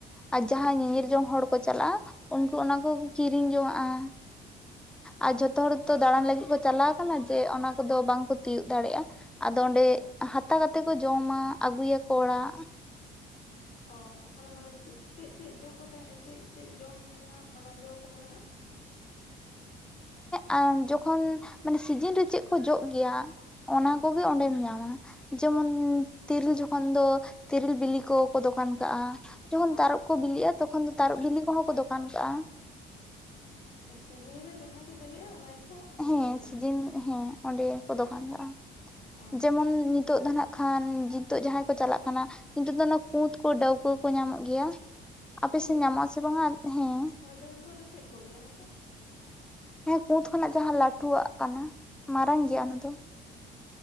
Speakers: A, in the centre; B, on the left.
A: ᱾ᱟᱨ
B: ᱟᱪᱪᱷᱟ
A: ᱡᱟᱦᱟᱸ ᱧᱮᱧᱮᱞ ᱡᱚᱝ ᱦᱚᱲ, ᱠᱚ ᱪᱟᱞᱟᱜᱼᱟ, ᱩᱱᱠᱩ ᱚᱱᱟ ᱠᱚ ᱠᱤᱨᱤᱧ ᱡᱚᱝᱟᱜᱼᱟ᱾ ᱟᱨ ᱡᱷᱚᱛᱚ ᱦᱚᱲᱚ
B: ᱚ
A: ᱫᱚ ᱫᱟᱬᱟᱱ ᱞᱟᱹᱜᱤᱫ ᱠᱚ ᱪᱟᱞᱟᱣ ᱟᱠᱟᱱᱟ ᱡᱮ ᱚᱱᱟ ᱠᱚᱫᱚ ᱵᱟᱝ ᱠᱚ ᱛᱤᱭᱳᱜ ᱫᱟᱲᱮᱜᱼᱟ᱾ ᱟᱫᱚ ᱚᱸᱰᱮ ᱦᱟᱛᱟ ᱠᱟᱛᱮ ᱠᱚ ᱡᱚᱢᱟ ᱟᱹᱜᱩᱭᱟᱠᱚ ᱚᱲᱟᱜ᱾
B: ᱚ ᱚᱱᱟ ᱢᱟᱱᱮ ᱪᱮᱜ ᱪᱮᱜ ᱪᱮᱜ ᱡᱚ ᱠᱚ ᱛᱟᱦᱮᱸᱜ ᱪᱮᱜ ᱪᱮᱜ ᱡᱚᱢᱟᱜ ᱚᱱᱟ ᱡᱚ ᱠᱚ ᱢᱮᱱᱟᱜᱼᱟ?
A: ᱦᱮᱸ ᱡᱚᱠᱷᱚᱱ ᱢᱟᱱᱮ ᱥᱤᱡᱤᱱ ᱨᱮ ᱪᱮᱜ ᱠᱚ ᱡᱚᱜ ᱜᱮᱭᱟ? ᱚᱱᱟ
B: ᱚ
A: ᱠᱚᱜᱮ ᱚᱸᱰᱮᱢ ᱧᱟᱢᱟ᱾ ᱡᱮᱢᱚᱱ ᱛᱤᱨᱤᱞ ᱡᱚᱠᱷᱚᱱ ᱫᱚ ᱛᱤᱨᱤᱞ ᱵᱤᱞᱤ ᱠᱚᱠᱚ ᱫᱚᱠᱟᱱ ᱠᱟᱜᱼᱟ᱾ ᱡᱚᱠᱷᱚᱱ
B: ᱚ
A: ᱛᱟᱨᱩᱵ ᱠᱚ ᱵᱤᱞᱤᱜᱼᱟ, ᱛᱚᱠᱷᱚᱱ ᱫᱚ ᱛᱟᱨᱚᱵ ᱵᱤᱞᱤ ᱠᱚᱦᱚᱸ ᱠᱚ ᱫᱚᱠᱟᱱ ᱠᱟᱜᱼᱟ᱾
B: ᱮ ᱥᱤᱡᱤ ᱨᱮ ᱡᱟᱦᱟᱸᱭ ᱜᱮ ᱵᱤᱞᱤᱜᱼᱟ ᱚᱱᱟ ᱜᱮᱠᱚ ᱚᱸᱰᱮ
A: ᱦᱮᱸ
B: ᱠᱚ ᱫᱚᱠᱟᱱ
A: ᱥᱤᱡᱤᱱ
B: ᱜᱮᱭᱟ᱾
A: ᱦᱮᱸ ᱚᱸᱰᱮ ᱠᱚ ᱫᱚᱠᱟᱱ ᱠᱟᱜ-ᱟ
B: ᱚ
A: ᱡᱮᱢᱚᱱ ᱱᱤᱛᱚᱜ ᱫᱚ ᱦᱟᱸᱜ ᱠᱷᱟᱱ ᱱᱤᱛᱚᱜ ᱡᱟᱦᱟᱸᱭ ᱠᱚ ᱪᱟᱞᱟᱜ ᱠᱟᱱᱟ ᱱᱤᱛᱚᱜ ᱫᱚ ᱚᱱᱟ ᱠᱩᱸᱛ ᱠᱚ ᱰᱟᱹᱣᱠᱟᱹ ᱠᱚ ᱧᱟᱢᱚᱜ ᱜᱮᱭᱟ᱾ ᱟᱯᱮᱥᱮᱫ
B: ᱠᱩᱫ
A: ᱧᱟᱢᱚᱜ ᱟ ᱥᱮ ᱵᱟᱝᱟ ᱦᱮᱸ?
B: ᱚᱱᱟ ᱰᱟᱹᱣᱠᱟᱹ ᱫᱚ ᱪᱮᱫ ᱠᱚ ᱞᱟᱹᱭᱟ ᱚᱱᱟ ᱫᱚ?
A: ᱦᱮᱸ ᱠᱩᱸᱛ ᱠᱷᱚᱱᱟᱜ ᱡᱟᱦᱟᱸ ᱞᱟᱹᱴᱩᱣᱟᱜ ᱠᱟᱱᱟ ᱢᱟᱨᱟᱝ ᱜᱮᱭᱟ ᱚᱱᱟ ᱫᱚ᱾
B: ᱚ